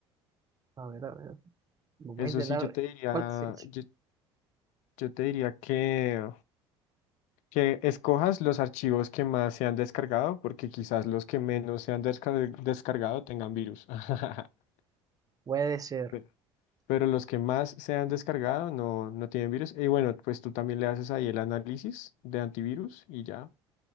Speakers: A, on the right (about 25°); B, on the left (about 65°).
A: A ver, a ver, vamos
B: Eso
A: a intentar.
B: sí, yo te diría,
A: ¿Cuál fecha?
B: yo, yo te diría que que escojas los archivos que más se han descargado, porque quizás los que menos se han descar- descargado tengan virus. <laughs>
A: Puede ser.
B: Pe- Pero los que más se han descargado no, no tienen virus. Y bueno, pues tú también le haces ahí el análisis de antivirus y ya.